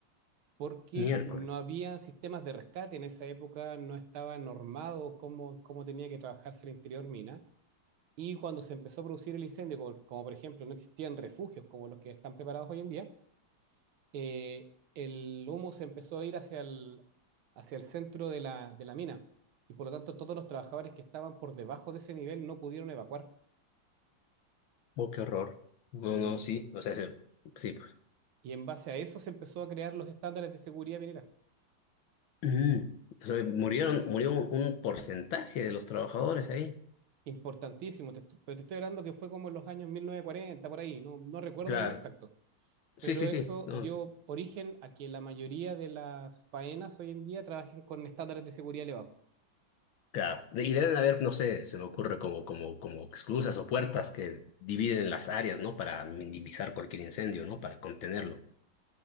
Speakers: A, on the right; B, on the left.
A: porque
B: Miércoles.
A: no había sistemas de rescate en esa época, no estaba normado cómo, cómo tenía que trabajarse el interior mina Y cuando se empezó a producir el incendio, como, como por ejemplo no existían refugios como los que están preparados hoy en día, eh, el humo se empezó a ir hacia el, hacia el centro de la, de la mina. Y por lo tanto todos los trabajadores que estaban por debajo de ese nivel no pudieron evacuar.
B: Oh, qué horror. No,
A: Y en,
B: no, sí. O sea, se- sí, pues.
A: y en base a eso se empezó a crear los estándares de seguridad minera.
B: Mm. O sea, murieron, murió un un porcentaje de los trabajadores ahí.
A: Importantísimo, te est- pero te estoy hablando que fue como en los años 1940, por ahí, no, no recuerdo
B: Claro.
A: el año exacto.
B: Sí,
A: pero
B: sí,
A: eso
B: sí, no,
A: dio origen a que la mayoría de las faenas hoy en día trabajen con estándares de seguridad elevados.
B: claro. De- Y deben haber, no sé, se me ocurre como, como, como esclusas o puertas que dividen las áreas, ¿no? Para minimizar cualquier incendio, ¿no? Para contenerlo,